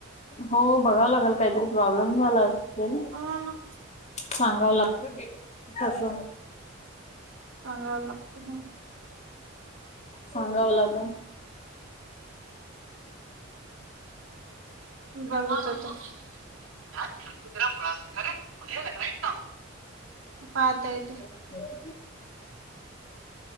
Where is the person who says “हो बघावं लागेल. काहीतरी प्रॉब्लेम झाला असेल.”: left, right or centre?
Left